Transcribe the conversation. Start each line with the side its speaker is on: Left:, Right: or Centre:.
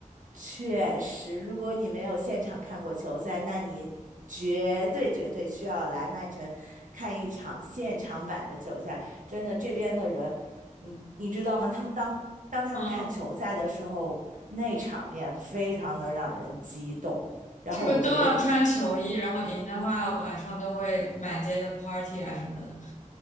Right: 确实，如果你没有现场看过球赛，那你绝对绝对需要来曼城看一场现场版的球赛。真的，这边的人，你你知道吗？他们当当他们看球赛的时候，
Left: 嗯。
Right: 那场面非常的让人激动。然后我觉得你
Left: 是不是都要穿球衣？然后赢的话，晚上都会满街的 party 啊什么的。